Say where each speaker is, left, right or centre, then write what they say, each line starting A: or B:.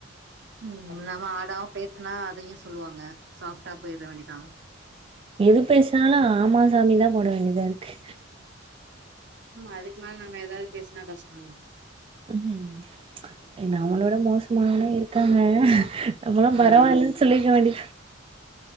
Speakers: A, on the right; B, on the right.
A: ம் நம்ம ஆடாவு பேசுனா அதையு சொல்லு வாங்க சாஃப்டா போய்ட வேண்டிதா
B: எது பேசுனாலு ஆமா சாமி தா போட வேண்டிதா இருக்கு
A: ம் அதுக்கு மேல நம்ம எதாது பேஸ்னா கஷ்டோ ம்
B: உம் நம்மள விட மோஸ்மானவங் இருக்காங்க
A: ம்
B: நம்மலா
A: ம்
B: பரவாயில்லன் சொல்லிக்க வேண்டித்